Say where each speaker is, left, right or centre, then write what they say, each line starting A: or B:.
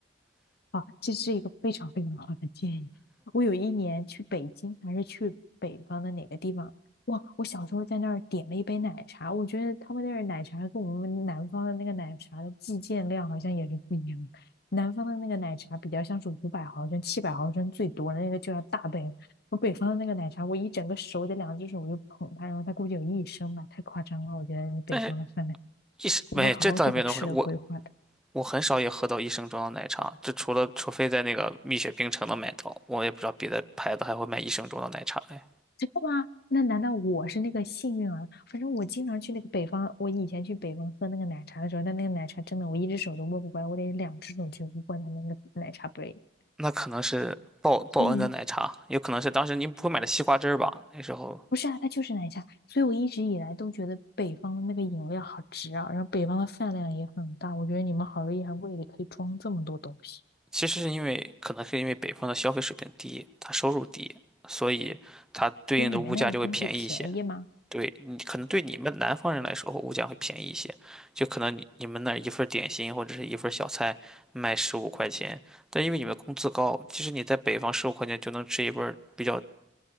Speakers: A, on the left; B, in the centre.
A: 啊，这是一个非常非常好的建议。我有一年去北京，还是去北方的哪个地方？哇，我小时候在那儿点了一杯奶茶，我觉得他们那儿奶茶跟我们南方的那个奶茶的计件量好像也是不一样的。南方的那个奶茶比较像是五百毫升、七百毫升最多的那个就要大杯，我北方的那个奶茶，我一整个手得两只手我就捧它，然后它估计有一升吧，太夸张了。我觉得北方的饭量，
B: <laughs> 但是一时没，
A: 我会好好做好吃的规划的。
B: 这倒也没有那么夸张。我我很少也喝到一升装的奶茶，就除了除非在那个蜜雪冰城能买到，我也不知道别的牌子还会卖一升装的奶茶哎。
A: 真的吗？那难道我是那个幸运儿？反正我经常去那个北方，我以前去北方喝那个奶茶的时候，那那个奶茶真的，我一只手都握不过来，我得两只手去握它那个奶茶杯。
B: 那可能是报报恩的奶茶，
A: 所以你们
B: 有可能是当时您不会买的西瓜汁儿吧？那时候
A: 不是啊，它就是奶茶。所以我一直以来都觉得北方的那个饮料好值啊，然后北方的饭量也很大。我觉得你们好厉害，胃里可以装这么多东西。
B: 其实是因为可能是因为北方的消费水平低，他收入低，所以它对应的物价就会便宜一些。
A: 所以你们那儿的东西便宜吗？
B: 对你可能对你们南方人来说，物价会便宜一些，就可能你你们那儿一份儿点心或者是一份儿小菜卖十五块钱，但因为你们工资高，其实你在北方十五块钱就能吃一份儿比较